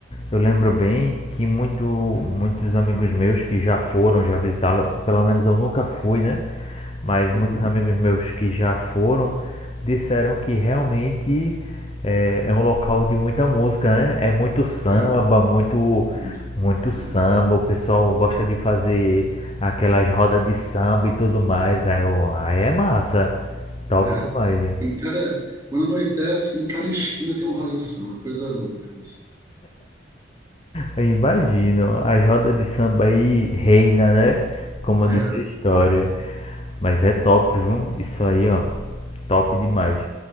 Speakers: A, on the left; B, on the right.
A: eu lembro bem que muito, muitos amigos meus que já foram, já visitaram, pelo menos eu nunca fui, né? Mas
B: Hum,
A: muitos amigos meus que já foram disseram que realmente é, é um local de muita música, né? É muito samba,
B: é,
A: muito,
B: muito,
A: muito samba.
B: muito.
A: O pessoal gosta de fazer aquelas rodas de samba e tudo mais.
B: Tem-
A: Aí eu, aí é massa. Top
B: é.
A: demais, né?
B: Em cada, quando anoitece, em cada esquina tem um ralo de samba, é uma coisa louca isso.
A: Eu imagino. As rodas de samba aí reina, né? Como diz
B: É.
A: a história. Mas é top, viu? Isso aí, ó. Top demais.